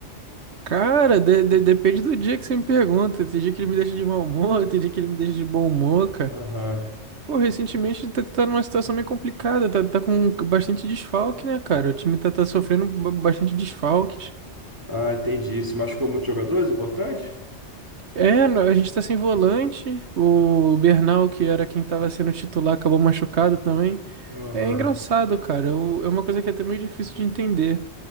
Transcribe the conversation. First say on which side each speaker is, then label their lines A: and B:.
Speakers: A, on the right; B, on the right.
A: Cara, de- de- depende do dia que você me pergunta. Tem dia que ele me deixa de mau humor, tem dia que ele me deixa de bom humor, cara.
B: Aham.
A: Pô, recentemente tá, tá numa situação meio complicada. Tá, tá com bastante desfalque, né, cara? O time tá, tá sofrendo ba- bastante desfalques.
B: Ah, entendi. Se machucou muitos jogadores, importante?
A: É, no- a gente tá sem volante. O Bernal, que era quem tava sendo titular, acabou machucado também.
B: Aham.
A: É engraçado, cara. Eu- é uma coisa que é até meio difícil de entender.